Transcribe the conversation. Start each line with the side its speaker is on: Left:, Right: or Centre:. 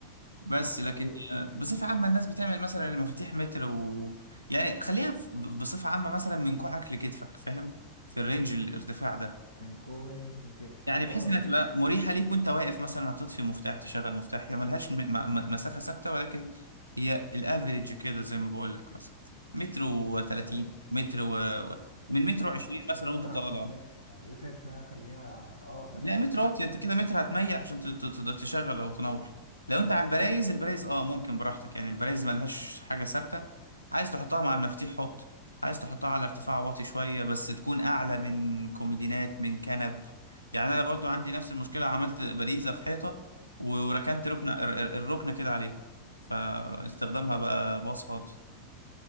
Right: بس
Left: اوكي
Right: لكن آه، بصفه عامه الناس بتعمل مثلا المفاتيح متر و يعني خليها ب- بصفه عامه مثلا من كوعك لكتفك فاهم في الرينج الارتفاع ده
Left: من كوعي لكتفي
Right: يعني بحيث
Left: اه
Right: انها
Left: يعني
Right: تبقى مريحه ليك وانت واقف مثلا هتطفي مفتاح تشغل مفتاح هي ملهاش م- م- م- مسافه ثابته ولكن هي الافريج كده زي ما بقول لك مثلا متر و30
Left: ماشي
Right: متر و... و- من متر
Left: انا
Right: و20
Left: كنت بفكر
Right: مثلا وانت
Left: اعملها
Right: طالع
Left: متر يعني ايه فايدة ان انا اخليها اه تمام
Right: لا متر
Left: ماشي
Right: واطي
Left: ماشي
Right: انت كده متر هتميل عشان ت- ت- ت- تشغل او تنور لو انت على البرايز البرايز اه ممكن براحتك يعني البرايز ملهاش حاجه ثابته عايز تحطها مع المفاتيح حط عايز تحطها على ارتفاع واطي شويه بس تكون اعلى من كوميدينات من كنب يعني انا برضو عندي نفس المشكله عملت باريزه في حيطه و- وركنت ركنه الر- الر- الركنه كده عليها فاستخدامها بقى باظ خالص